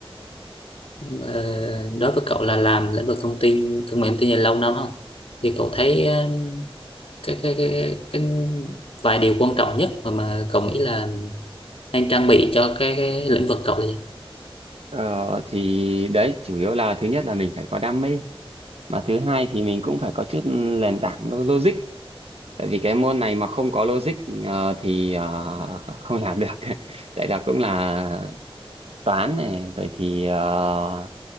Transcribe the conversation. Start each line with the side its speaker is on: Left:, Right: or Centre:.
Left: Ờ, đối với cậu là làm lĩnh vực thông tin công nghệ thông tin là lâu năm không thì cậu thấy ờ, cái cái cái cái vài điều quan trọng nhất mà mà cậu nghĩ là nên trang bị cho cái, cái lĩnh vực cậu là gì
Right: Ờ, thì đấy chủ yếu là thứ nhất là mình phải có đam mê mà thứ hai thì mình cũng phải có chút nền tảng lo- logic tại vì cái môn này mà không có logic ờ, thì ờ, không làm được <laughs> tại là cũng là toán này rồi thì ờ,